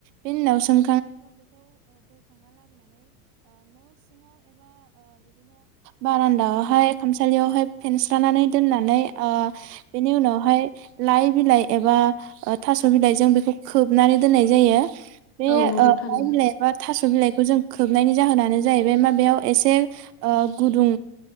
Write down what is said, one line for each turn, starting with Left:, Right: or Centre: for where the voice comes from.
Right: बेनि उनाव सोम बारान्दायावहाय खामसालियावहाय । फेनस्रानानै दोननानै ओ । बेनि उनावहाय लाइ बिलाइ । बा थास' बिलाइजों बेखौ खोबनानै दोननाय जायो। बे
Left: औ नंगौ
Right: ओ लाइ
Left: थारैनो
Right: बिलाइबा थास' बिलाइखौ जों खोबनायनि जाहोनानो जाहैबाय मा बेयाव एसे गुदुं